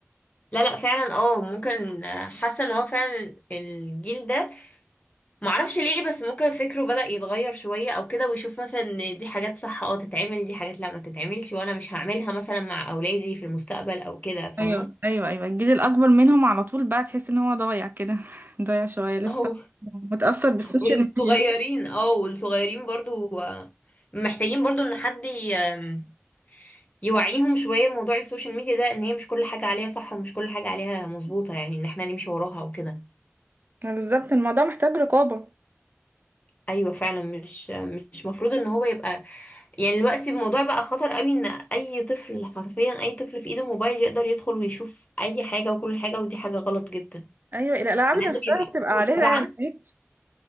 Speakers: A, on the left (about 35°); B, on the right (about 45°).
A: لا لا فعلا اه ممكن آه، حاسه ان هو فعلا الجيل ده معرفش ليه بس ممكن فكره بدأ يتغير شوية او كده ويشوف مثلا ان دي حاجات صح اه تتعمل دي حاجات لا ما تتعملش وانا مش هعملها مثلا مع اولادي في المستقبل او كده فاهمة
B: ايوه ايوه ايوه الجيل الاكبر منهم على طول بقى تحس ان هو ضايع كده <laughs> ضايع شويه لسه
A: اهو
B: متاثر بالسوشيال
A: والصغيرين
B: ميديا
A: اه والصغيرين برضو آه، محتاجين برضو ان حد ي- آم، يوعيهم شوية موضوع السوشيال ميديا ده ان هي مش كل حاجة عليها صح ومش كل حاجة عليها مظبوطة يعني ان احنا نمشي وراها وكده
B: ما بالظبط الموضوع محتاج رقابه
A: ايوه فعلا مش مش مفروض ان هو يبقى يعني دلوقتي الموضوع بقى خطر قوي ان اي طفل حرفيا اي طفل في ايده موبايل يقدر يدخل ويشوف اي حاجه وكل حاجه ودي حاجه غلط جدا
B: ايوه الالعاب
A: لازم
B: نفسها
A: يبقى
B: بتبقى
A: عنده
B: عليها
A: متابعه
B: اعلانات